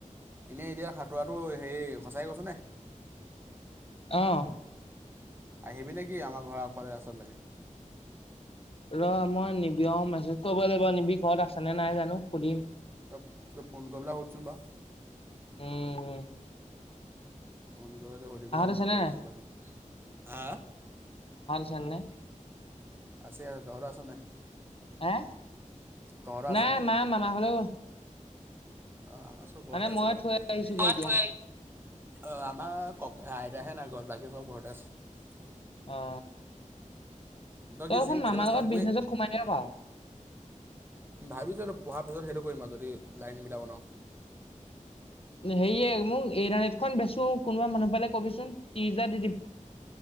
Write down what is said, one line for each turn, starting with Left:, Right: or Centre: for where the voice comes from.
Right: এনেই এতিয়া খাটোৰাটো হেৰি সচাই কৈছ নে?
Left: অহ
Right: আহিবি নেকি আমাৰ ঘৰৰ আগফালে ৰাস্তাটোলৈকে?
Left: ৰ', মই নিবি অ' মেছেজ কৰিব লাগিব নিবি ঘৰত আছেনে নাই জানো সুধিম।
Right: ত 'তই ফোন কৰিবলৈ হোদচোন বাও।
Left: উম- উম
Right: ফোন কৰোঁতে সুধি পেলাই
Left: আছে নে
Right: কবি
Left: নাই
Right: <unintelligible>
Left: চানে
Right: আছে আৰু তহঁত আছ নাই?
Left: হে,
Right: তহঁতৰ আছে
Left: নাই মা মামা ঘৰলৈ গল।
Right: অহ, আমাৰ চব
Left: মানে
Right: ঘৰতে
Left: মই
Right: আছে বাৱ
Left: থৈ আহিছোগে
Right: হেৰী <unintelligible>
Left: এতিয়া
Right: অহ, আমাৰ কক আইটাহে নাই ঘৰত বাকি চব ঘৰতে আছে।
Left: আ তই
Right: কি জিম
Left: শুন মামাৰ
Right: কেতিয়াবা ষ্টাৰ্ট
Left: লগত
Right: কৰি
Left: বিজনেচত সোমাই দিব পাৰ।
Right: ভাবিছোঁ পঢ়াৰ পিছত সেইটো কৰিম আৰু যদি লাইনবিলাক বনাও।
Left: হেৰিয়ে মোক <unintelligible> নেটখন বেচো কোনোবা মানুহ পালে কবিচোন তিচ হাজাৰ দি দিম।